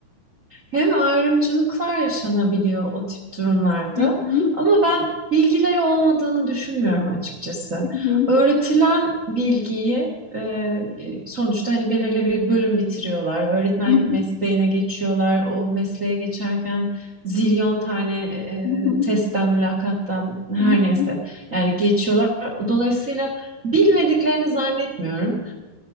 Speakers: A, on the right (about 50°); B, on the left (about 60°).
A: Hem ayrımcılıklar yaşanabiliyor o tip durumlarda
B: Hı hı,
A: ama ben bilgileri olmadığını düşünmüyorum açıkçası.
B: hı hı,
A: Öğretilen bilgiyi e, e, sonuçta hani belirli bir bölüm bitiriyorlar. Öğretmenlik
B: hı hı,
A: mesleğine geçiyorlar. O mesleğe geçerken zilyon tane e,
B: hı hı,
A: testten, mülakattan her
B: hı
A: neyse
B: hı,
A: yani geçiyorlar. Dolayısıyla bilmediklerini zannetmiyorum.